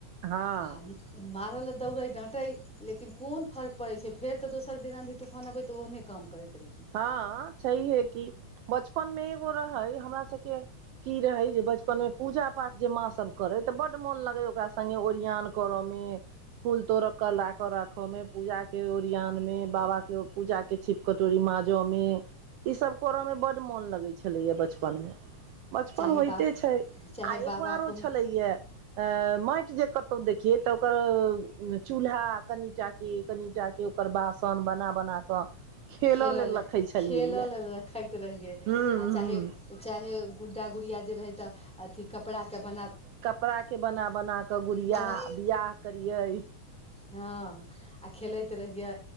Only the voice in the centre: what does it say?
आ मारऽलए दौड़ै डाँटै। लेकिन कोन फर्क पड़ैत छै, फेर तऽ दोसर दिन आँधी तूफान अबै तऽ ओहने काम करैत रह रहियै।
चाहे
बा
चाहे
बाबा
कोनो
खेलय
लए
खेलय
लेल रखैत रहियै
आ
चाहे चाहे गुड्डा गुड़िया जे रहै तऽ अथी कपड़ा के बना के।
बना
हँ आ खेलैत रहिये